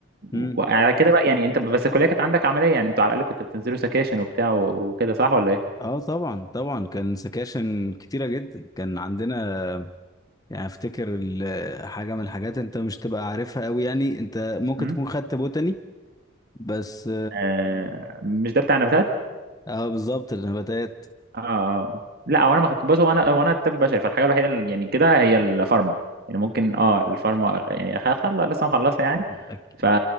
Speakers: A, on the left; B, on the right.
A: مم.
B: وعلى كده بقى يعني انت بس الكليه كانت عندك عمليه يعني انتوا على الاقل كنتوا بتنزلوا سكاشن وبتاع و- وكده صح ولا ايه؟
A: اه طبعا طبعا كان سكاشن كتيرة جدا كان عندنا يعني افتكر ال- حاجة من الحاجات انت مش تبقى عارفها قوي يعني انت ممكن
B: مم؟
A: تكون خدت بوتاني بس
B: آه مش ده بتاع نباتات؟
A: اه بالظبط النباتات
B: اه آه. لا هو انا ما خدت بص هو انا هو انا طب بشري فالحاجه الوحيده اللي يعني كده هي الفارما يعني ممكن اه الفارما يعني خ- خل لسه مخلصها يعني
A: أكيد.
B: فا